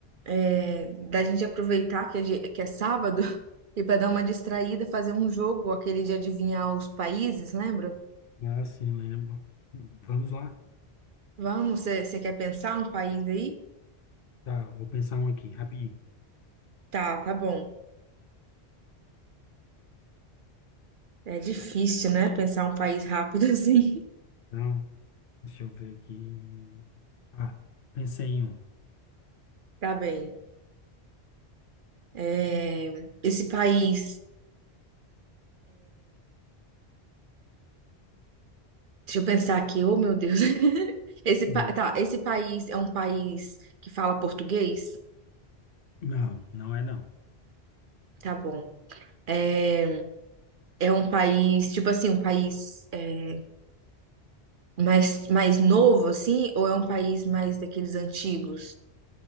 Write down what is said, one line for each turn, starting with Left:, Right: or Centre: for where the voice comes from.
Right: é, da gente aproveitar que é, di- que é sábado <laughs> e para dar uma distraída, fazer um jogo, aquele de adivinhar os países, lembra?
Left: Ah, sim, lembro. Vamos lá?
Right: Vamos, você quer pensar um país aí?
Left: Tá, vou pensar um aqui, rapidinho.
Right: Tá, tá bom. É difícil, né? Pensar um país rápido <laughs> assim.
Left: Então, deixa eu ver aqui. Tá, pensei em um.
Right: Tá bem. É, esse país. Deixa eu pensar aqui, oh meu Deus. <laughs> Esse,
Left: Uhum.
Right: pa- tá, esse país é um país que fala português?
Left: Não, não é não.
Right: Tá bom. É é um país, tipo assim, um país é, mais, mais novo, assim? Ou é um país mais daqueles antigos?